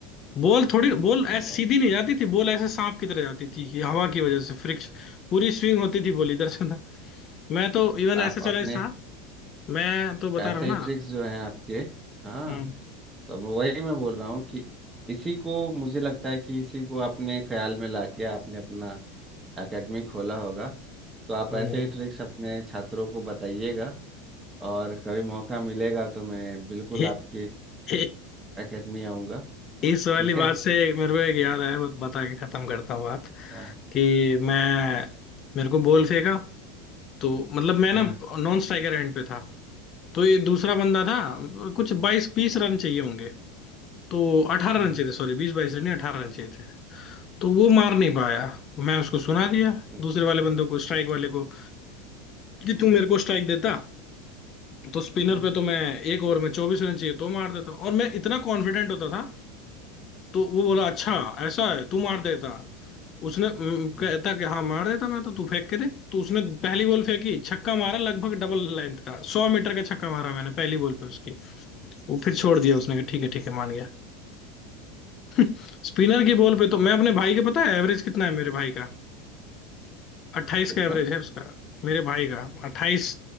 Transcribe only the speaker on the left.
बॉल थोड़ी बॉल ऐसे
सीधी नहीं जाती थी बॉल ऐसे सांप की तरह जाती थी ये हवा की वजह से फ्रिक्स पूरी स्विंग होती थी बॉल इधर से उधर मैं तो इवन
ऐसा चैलेंज
था मैं तो बता
रहा हूँ ना
हम्म
हम्म।
हे-
हे-
इस वाली
बात
से मेरे को एक याद आया बत- बता के खत्म करता हूँ बात
कि मैं मेरे को बॉल फेंका तो मतलब मैं
ना नॉन स्ट्राइकर एंड पे था तो ये दूसरा बंदा था कुछ बाईस बीस रन चाहिए होंगे तो अठारह
रन चाहिए थे सॉरी बीस बाईस रन नहीं अठारह रन चाहिए थे तो वो मार नहीं पाया मैं उसको सुना दिया
दूसरे
वाले बंदे को स्ट्राइक वाले को कि
तू मेरे को स्ट्राइक देता तो स्पिनर
पे तो मैं एक ओवर में चौबीस रन चाहिए तो मार देता और मैं इतना कॉन्फिडेंट होता था तो वो बोला अच्छा
ऐसा है तू मार देता उसने अम,
कहता कि हाँ मार देता मैं तो तू फेंक के दे तो उसने पहली बॉल फेंकी छक्का मारा लगभग डबल लेंथ का सौ मीटर का छक्का मारा मैंने पहली बॉल पे उसकी वो फिर छोड़ दिया उसने कि ठीक है ठीक है मान गया <laughs> स्पिनर की बॉल पे तो मैं अपने भाई के पता है एवरेज कितना है मेरे भाई का अट्ठाईस
का एवरेज है उसका मेरे भाई का अट्ठाईस